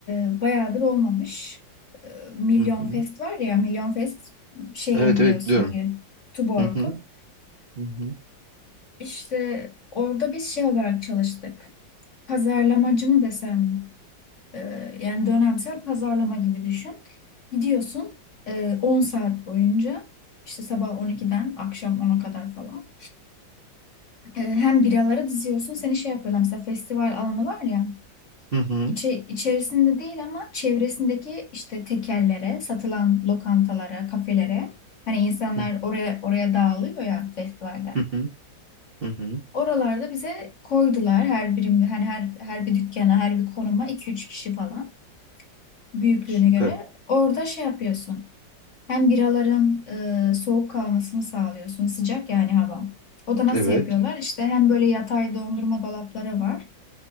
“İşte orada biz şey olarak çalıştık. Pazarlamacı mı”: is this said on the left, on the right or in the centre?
Left